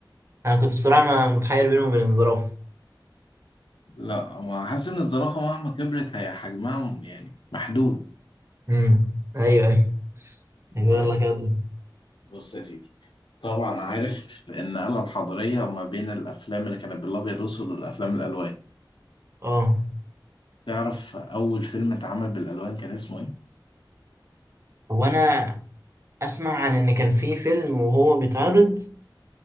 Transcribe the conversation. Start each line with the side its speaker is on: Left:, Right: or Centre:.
Right: أنا كنت بصراحة ما- متحير بينه وبين الزرافة
Left: لا هو حاسس إن الزرافة مهما كبرت هي حجمها يعني محدود
Right: امم أيوه أيوه يلا
Left: طيب
Right: كده دور.
Left: بص يا سيدي طبعا عارف النقلة الحضارية ما بين الأفلام اللي كانت بالأبيض وأسود والأفلام الألوان
Right: أه
Left: تعرف أول فيلم اتعمل بالألوان كان اسمه إيه؟
Right: هو أنا اسمع عن ان كان في فيلم وهو بيتعرض